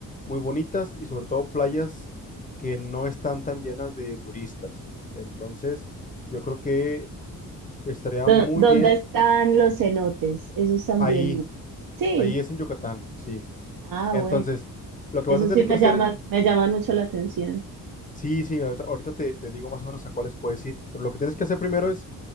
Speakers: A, on the left (about 25°); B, on the right (about 75°).
A: muy bonitas y sobre todo playas que no están tan llenas de turistas. Entonces, yo creo que estaría
B: ¿Dó-
A: muy
B: ¿Dónde
A: bien
B: están los cenotes? Esos también.
A: ahí,
B: Sí.
A: ahí es en Yucatán, sí.
B: Ah,
A: Entonces,
B: bueno.
A: lo que
B: Esos
A: vas a tener
B: sí me
A: que hacer,
B: llaman, me llaman mucho la atención.
A: sí, sí, ahorita, ahorita te, te digo más o menos a cuáles puedes ir, pero lo que tienes que hacer primero es